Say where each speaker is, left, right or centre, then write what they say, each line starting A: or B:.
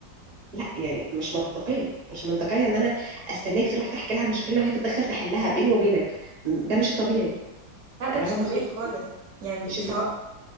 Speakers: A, on the right; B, on the right.
A: لا يعني مش منطقية مش منطقية ان انا استناك تروح تحكي لها مشاكلنا وهي تتدخل تحلها بيني وبينك م- ده مش الطبيعي اللي
B: ده مش
A: هو مش
B: طبيعي
A: الطبيعي
B: خالص يعني
A: مش
B: سواء